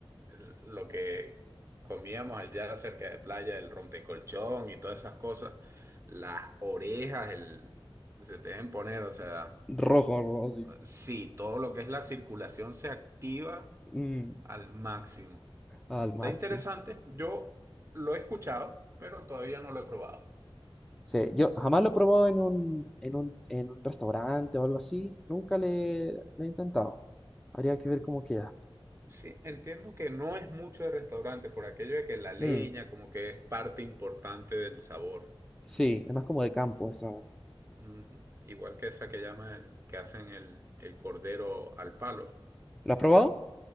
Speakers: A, on the right; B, in the centre.
A: l- lo que comíamos allá cerca de playa, el rompecolchón y todas esas cosas, las orejas el, se deben poner, o sea,
B: Rojo, rojo, sí.
A: sí, todo lo que es la circulación se activa
B: Mm,
A: al máximo.
B: al
A: Está
B: máximo.
A: interesante, yo lo he escuchado, pero todavía no lo he probado.
B: Sí, yo jamás lo he probado en un, en un, en un restaurante o algo así. Nunca le, le he intentado. Habría que ver cómo queda.
A: Sí, entiendo que no es mucho de restaurante por aquello de que la leña
B: Mm,
A: como que es parte importante del sabor.
B: sí, es más como de campo esa.
A: Ujú. Igual que esa que llama el, que hacen el, el cordero al palo.
B: ¿Lo has probado?